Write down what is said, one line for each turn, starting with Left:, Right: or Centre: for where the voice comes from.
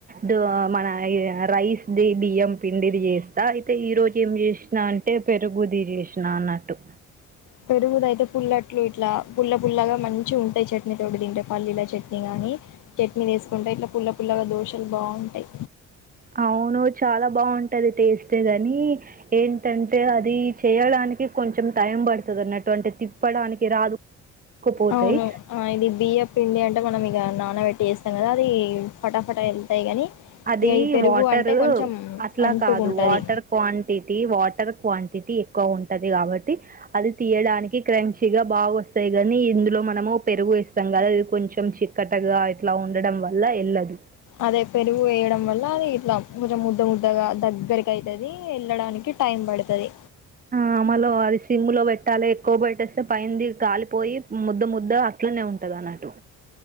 Right: దో మన ద రైస్ ది బియ్యం పిండిది చేస్తా అయితే ఈ రో కే ఏం చేసినా అంటే పెరుగుది చేసినా అన్నట్టు
Left: పెరుగుదయితే పుల్లట్లు ఇట్లా పుల్ల పుల్లగా మంచి ఉంటాయి చెట్టు చట్నీ తోటి తింటే పల్లీల చట్నీ గాని చట్నీ వేసుకుంటే ఇట్లా పుల్ల పుల్లగా దోషాలు బాగుంటాయి
Right: అవును చాలా బాగుంటది టేస్ట్ గానీ ఏంటంటే అది చేయాల కొంచెం టైం పడతాది అన్నటువంటి తిప్పడానికి రాదు పోతాయి
Left: అవును ఆ ఇది బియ్యపిండి అ అంటే మనం ఇగ నానబెట్టి చేస్తాం కదా అది ఫటాఫటా వెళ్తాయి కానీ
Right: అది
Left: ఇక ఈ పెరుగు
Right: వాటరు
Left: అంటే కొంచెం
Right: అట్లా
Left: అంటుకుంటుంది
Right: కాదు వాటర్ క్వాంటిటీ వాటర్ క్వాంటి అతి ఎక్కువ ఉంటది కాబట్ తి అది తీయడానికి క్రంచిగా బాగా వస్తాయి కానీ ఇందులో మనము పెరుగు వేస్తాం కదా అది కొం చెం చిక్కటగా ఇట్లా ఉండడం వల్ల ఏళ్ళదు
Left: అదే పెరుగు వేయడం వల్ల అది ఇట్లా భుజం ముద్ద ముద్దగా దగ్గరకి అయితాది వెళ్ళడానికి టైమ్ పడతాది
Right: ఆమలో అది సిమ్లో పెట్టాలి ఎక్కువ పెట్టేస్తే పైన ది కాలిపోయి ముద్ద ముద్ద అట్లనే ఉంటది వట నాటు